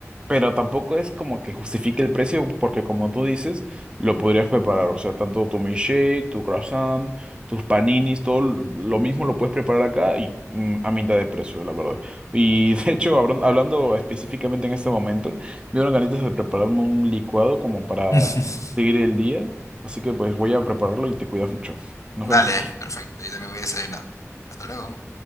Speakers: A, on the right (about 20°); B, on the left (about 80°).
A: pero tampoco es como que justifique el precio, porque como tú dices, lo podrías preparar, o sea, tanto tu milkshake, tu croissant tus paninis, todo lo
B: Ujú.
A: mismo lo puedes preparar acá y mm, a mitad de precio, la verdad. Y <laughs> de hecho, hablan- hablando específicamente en este momento, me dieron ganitas de prepararme un licuado como para
B: <laughs>
A: seguir el día. Así que pues voy a prepararlo y te cuidas mucho. Nos
B: Dale,
A: vemos.
B: perfecto, yo también voy a desayunar. Hasta luego.